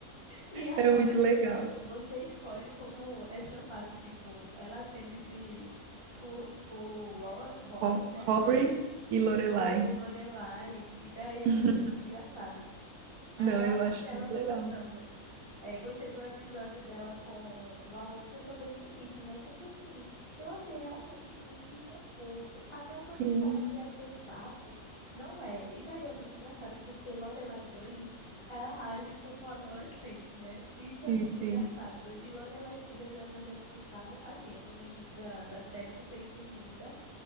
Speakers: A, on the left; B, on the right.
A: E a
B: É
A: forma
B: muito
A: é tipo,
B: legal.
A: não, você escolhe como é chamado, tipo, ela atende de por, por Ro- Rory,
B: Ho-
A: né?
B: Rory
A: E
B: e Lorelai.
A: por Lorelai. E daí eu
B: <laughs>
A: achei muito engraçado. Até
B: Não, eu
A: a mãe
B: acho
A: dela
B: muito
A: eu tô
B: legal.
A: gostando. É, gostei do episódio dela com o avô, porque eu tô bem no início, né? Só que assim, eu achei realmente muito de conforto. Até o que
B: Sim,
A: eu pensava que ia ser chato, não é. E daí é muito engraçado, porque Lorelai mãe, ela age como uma adolescente, né? E
B: sim,
A: Isso é muito
B: sim,
A: engraçado. E Lorelai filha já é mais responsável. Assim, eu tô no início da, da série, eu não sei se muda